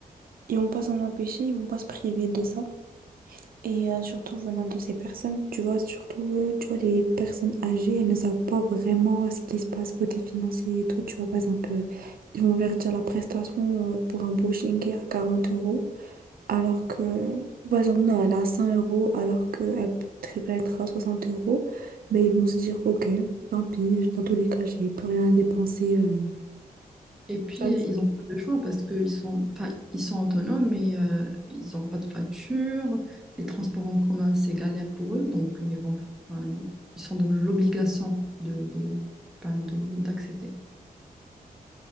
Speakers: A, on the right; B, in the centre.
A: ils vont pas s'en empêcher, ils vont pas se priver de ça. Et euh, surtout venant de ces personnes, tu vois, surtout, euh, tu vois, les personnes âgées, elles ne savent pas vraiment ce qui se passe côté financier et tout. Tu vois, par exemple, euh, ils vont leur dire la prestation euh, pour un brushing est à 40 euros. Alors que, par exemple, non, elle est à 100 euros alors qu'elle peut très bien être à 60 euros. Mais ils vont se dire, ok, tant pis, dans tous les cas, j'ai plus rien à dépenser. euh.
B: Et puis,
A: Tu vois,
B: euh,
A: c'est
B: ils n'ont pas de choix parce qu'ils sont, enfin, ils sont autonomes, mais euh, ils n'ont pas de voiture. Les transports en commun, c'est galère pour eux. Donc, ils vont, enfin, ils ils sont dans l'obligation de, de, ben, de- d'accepter.